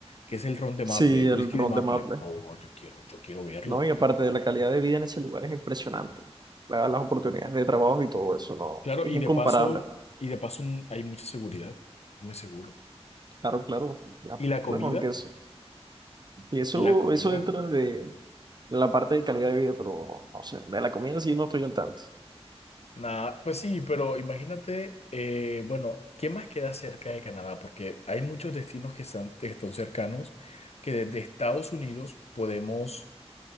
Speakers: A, on the left; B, on the right.
A: que es el ron de maple,
B: Sí,
A: el
B: el
A: whisky
B: ron
A: de maple.
B: de maple,
A: Oh, yo quiero, yo quiero verlo.
B: ¿no? Y aparte de la calidad de vida en ese lugar es impresionante. La- las oportunidades de trabajo y todo eso, ¿no?
A: Claro,
B: Es
A: y
B: incomparable.
A: de paso, y de paso mm, hay mucha seguridad. Es muy seguro.
B: Claro, claro. Ya,
A: ¿Y la comida?
B: Bueno, aunque eso, y eso,
A: La comida.
B: eso entra de la parte de calidad de vida, pero no sé, de la comida sí no estoy al tanto.
A: Nah, pues sí, pero imagínate, eh, bueno, ¿qué más queda cerca de Canadá? Porque hay muchos destinos que están, que están cercanos, que desde Estados Unidos podemos